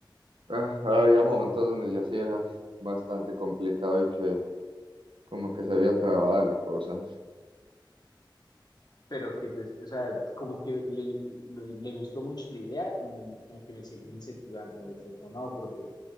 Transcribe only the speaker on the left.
pero que pues, o sea, como que le, le- le gustó mucho la idea y como que me seguí incentivando, me decía como, no, pero pues,